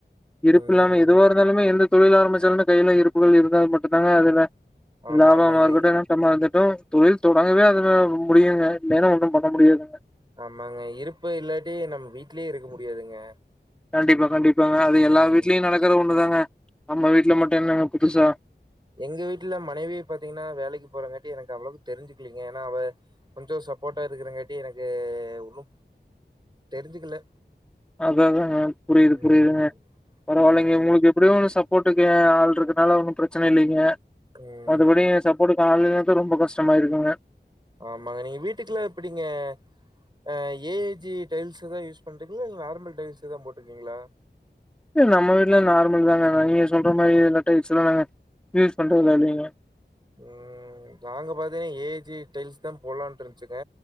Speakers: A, in the centre; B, on the right.
A: இருப்பில்லாம
B: ம்.
A: எதுவார் ந்தாலுமே எந்த தொழில் ஆரம்பிச்சாலுமே கைல இருப்புகள் இருந்தால் மட்டுதாங்க அதுல
B: ஆமா,
A: லாபமாருகட்டு
B: ஆமாங்க.
A: ந ட்டமாகட்டு தொழில் தொடங்கவே அது முடியுங்க இல்லன்னா ஒண்ணுபண்ண முடியாதுங்க
B: ஆமாங்க இருப்பு இல்லாட்டி நம் வீட்லே இருக்க முடியாதுங்க
A: கண்டிப்பா கண்டிப்பாங்க அது
B: ம்.
A: எல்லா வீட்லயு நடக்குற ஒண்ணு தாங்க நம்ம வீட்ல மட்டு என்னங்க புதுசா
B: எங்க வீட்ல மனைவி பாத்தீங்கன்னா வேலைக்கு போறங்காட்டி எனக்கு அவ்ளவ்க்கு தெரிஞ்சுக்லிங்க ஏனா அவ கொஞ்சோ சப்போர்ட்டா இருக்றங்காட்டி எனக்கு ஒன்னு தெரிஞ்சுக்கல
A: அததாங்க புரிது
B: ம்.
A: புரிதுங்க பரவால்லைங்க
B: ம்.
A: உங்களுக்கு எப்டியோ ஒன்னு சப்போர்ட்டுக்கு ஆள்ட்ருக்குனால ஒன்னு பிரச்சன இல்லைங்க
B: ம்.
A: மத்தபடி சப்போர்ட்க்கு ஆள் இல்லனாதா ரொம்ப கஷ்டமாய்ருக்குங்க
B: ஆமாங்க நீங்க வீட்டுக்லா எப்டிங்க ஆ ஏ ஐ ஜி டைல்ஸுதா யூஸ் பண்றீங்ளா இல்ல நார்மல் டைல்ஸு தா போட்ருக்கீங்களா
A: இல்ல நம்ம வீட்ல நார்மல் தாங்க நீங்க சொல்ற மாரி எல்லா டைல்ஸ்ல்லா நாங்க யூஸ் பண்றதில்லங்க
B: உம் நாங்க பாத்தீங்னா ஏ ஐ ஜி டைல்ஸ் தா போலான்ட்ருன்ச்சுங்க